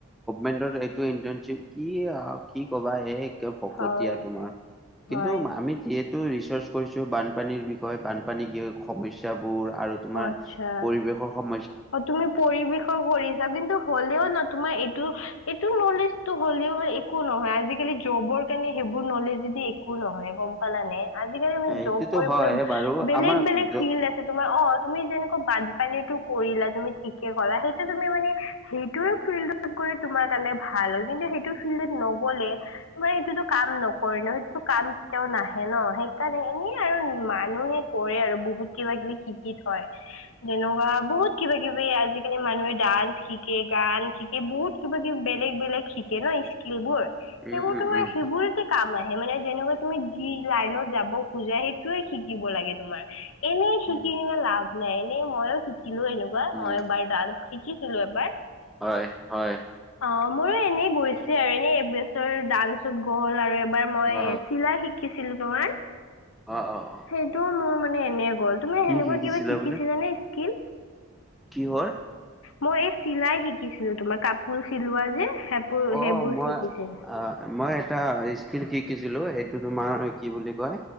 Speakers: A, in the centre; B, on the left.
A: সেইটোৱেটো এইটো ইণ্টাৰ্নছিপ কি আৰু কি কবা এই একে ফকতীয়া
B: হয়,
A: তোমাৰ
B: হয়,
A: কিন্তু আমি যিহেত টো ৰিচাৰ্চ কৰিছো বানপানীৰ বিষয়ে বানপানী য সমস্যাবোৰ আৰু তোমাৰ
B: অ' আচ্ছা।
A: পৰিৱেশৰ সময়
B: অ', তুমি পৰিৱেশৰ কৰি কিন্তু হ'লেও ন তোমাৰ এইটো-এইটো নলেজটো হ'লেও একো নহয় আজিকালি জবৰ কাৰণে সেইবোৰ নলেজ যদি একো নহয় গম পালানে? আজিকালি মানে
A: সেইটোতো
B: জব কৰিবলৈ
A: হয় বাৰু
B: বেলেগ-বেলেগ
A: আমাৰ য
B: ফিল্ড আছে তোমাৰ অ তুমি যেনেকুৱা বানপানীতো কৰিলা তুমি ঠিকে ক'লা সেইটো তুমি মানে সেইটো ফিল্ডত গ'লে তোমাৰ কাৰণে ভাল হয় কিন্তু সেইটো ফিল্ডত নগলে তোমাৰ সেইটো কাম নকৰি ন সেইটোটো কাম কেতিয়াও নাহে ন? সেই এনে আৰু মানুহে কৰে আৰু বহুত কিবা কিবি শিকি থয় যেনেকুৱা বহুত কিবা কিবি আজিকালি মানুহে ডান্স শিকে গান শিকে বহুত কিবা কিবি বেলেগ-বেলেগ শিকে ন স্কিল বোৰ সেইবোৰ
A: উম উম
B: তোমাৰ
A: উম
B: সেইবোৰতে কাম মানে যেনেকুৱা তুমি যি লাইনত যাব খোজা সেইটোয়ে শিকিব লাগে তোমাৰ। এনেই শিকি
A: উম
B: কিনে লাভ নাই এনেই মইও শিকি শিকিলো এনেকুৱা মই
A: উম
B: এবাৰ ডান্স শিকিছিলো এবাৰ
A: হয় হয়
B: অ', মোৰো এনেই গৈছে আৰু এনে এবিছৰ ডান্সত গ হ'ল আৰু এবাৰ মই
A: অ
B: চিলাই শিকিছো। <unintelligible>
A: অ অ অ
B: সেইটো মোৰ মানে এনে তুমি
A: কি
B: হেনেকোৱা কিবা শিকিছিলা
A: বোলে?
B: নে স্কিল?
A: কিহৰ?
B: মই এই চিলাই শিকিছিলো তোমাৰ কাপোৰ চিলোৱা যে। সেইবোৰ
A: অ',
B: সেইবোৰ
A: মই
B: শিকিছিলো
A: অ, মই এটা স্কিল শিকিছিলো তোমাৰ কি বুলি কয়